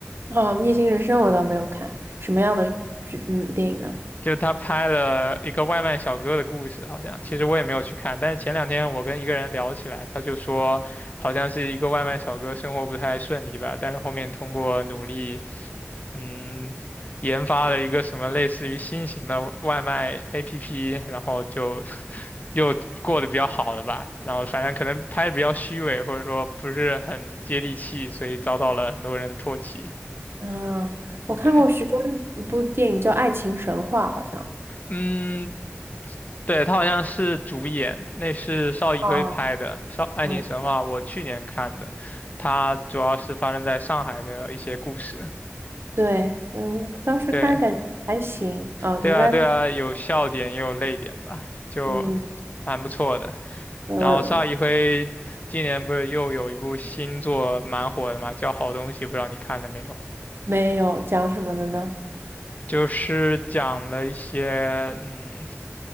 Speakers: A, on the right (about 60°); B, on the left (about 35°).
A: 哦，《逆行人生》我倒没有看，什么样的剧？嗯，电影呢？
B: 就他拍了一个外卖小哥的故事，好像其实我也没有去看。但是前两天我跟一个人聊起来，他就说好像是一个外卖小哥生活不太顺利吧，但是后面通过努力，嗯，研发了一个什么类似于新型的外卖 APP，然后就又过得比较好了吧，然后反正可能拍的比较虚伪，或者说不是很接地气，所以遭到了很多人的唾弃。
A: 嗯，我看过徐峥一部电影叫《爱情神话》，
B: 对，
A: 好像。
B: 嗯，对，他好像是主演，那是邵艺辉拍的《邵爱情神话》，
A: 哦，嗯，
B: 我去年看的，它主要是发生在上海的一些故事。
A: 对，嗯，当时看感觉还行。
B: 对，
A: 哦，
B: 对啊，
A: 原来他，
B: 对啊，有笑点也有泪点吧，就
A: 嗯，
B: 蛮不错的。
A: 对，
B: 然后邵艺辉今年不是又有一部新作蛮火的嘛，
A: 我有
B: 叫《好东西》，不知道你看了没有？
A: 没有讲什么的呢？
B: 就是讲了一些，嗯，